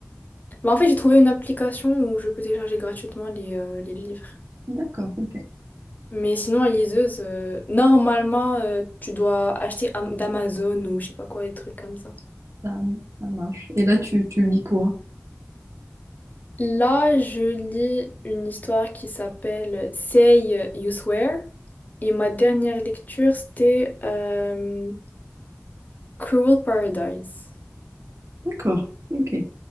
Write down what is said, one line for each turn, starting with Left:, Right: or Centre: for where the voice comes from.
Left: Bah, en fait, j'ai trouvé une application où je peux télécharger gratuitement les, euh, les livres.
Right: D'accord. ok.
Left: Mais sinon, la liseuse, euh, normalement, euh, tu dois acheter Am- d'Amazon ou je sais pas quoi, des trucs comme ça.
Right: Ça, ça marche. Et là, tu, tu lis quoi?
Left: Là, je lis une histoire qui s'appelle Say You Swear. Et ma dernière lecture, c'était euh, Cruel Paradise.
Right: D'accord, ok.